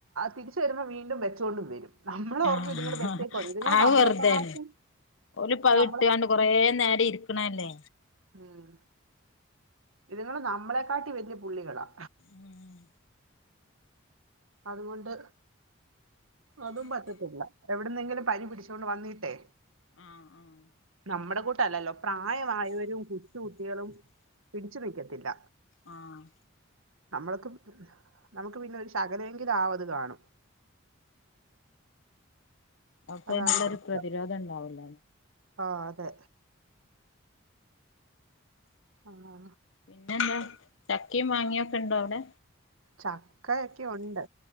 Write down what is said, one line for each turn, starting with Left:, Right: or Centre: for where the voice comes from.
Right: തിരിച്ചു വരുമ്പം വീണ്ടും വെച്ചൊണ്ടും വരും നമ്മള ഓർക്കും
Left: ആഹ്
Right: ഇതുങ്ങള് വെച്ചേക്കുവാന്ന് ഇതുങ്ങള്
Left: അത്
Right: നമ്മളെ
Left: വെറുതെയാണ്
Right: കാട്ടിം
Left: ഓലിപ്പ അത്
Right: നമ്മളെ
Left: ഇട്ടുകാണ്ട് കൊറേ നേരം ഇരിക്കണല്ലേ
Right: ഉം ഇതുങ്ങള് നമ്മളെക്കാട്ടി വലിയ പുള്ളികളാ
Left: ഉം
Right: അതുകൊണ്ട് അതും പറ്റത്തില്ല എവിടന്നെങ്കിലും പനി പിടിച്ചോണ്ട് വന്നിട്ടേ
Left: ആഹ് ആഹ്
Right: നമ്മുടെ കൂട്ടല്ലല്ലോ പ്രായമായവരും കൊച്ചുകുട്ടികളും പിടിച്ചു നിക്കത്തില്ല
Left: ആഹ്
Right: നമ്മൾക്ക് നമൾക്ക് പിന്നെ ഒരു ശകലെങ്കിലും ആവത് കാണും.
Left: ഓക്കയ്ന്ള്ളൊരു
Right: അതാണ് പ്രശ്നം
Left: പ്രതിരോധം ഇണ്ടാവുല
Right: ആ അതെ ആഹ്.
Left: പിന്നെ എന്താ ചക്കിം മാങ്ങ്യാെക്കെ ഇണ്ടോ അവിടെ.
Right: ചക്കെക്ക്യുണ്ട്.